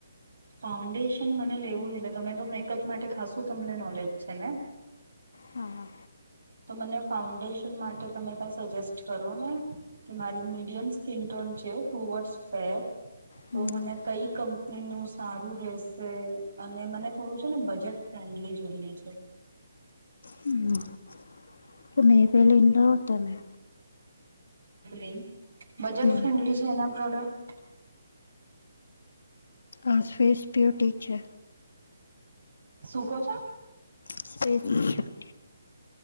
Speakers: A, on the right (about 80°); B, on the left (about 65°).
A: ફાઉન્ડેશન મને લેવું છેટલે તમે તો મેકઅપ માટે ખાસું તમને નોલેજ છે ને
B: હા
A: તો મને ફાઉન્ડેશન માટે તમે કંઈ સજેસ્ટ કરો ને કે મારી મીડિયમ સ્કીન ટોન છે ટુ વર્સપેર તો
B: હમ
A: મને કઈ કંપની નું સારું રહેશે અને મને થોડું છે ને બજેટ માંડલી જોઈએ છે.
B: હમ્મ. કે મે પહલે <unintelligible> તમેં.
A: <unintelligible> બજેટ
B: હમ
A: ફ્રેન્ડલી છે એના પ્રોડક્ટ
B: હા ફેસ <unintelligible> છે.
A: શું કો છો.
B: <unintelligible>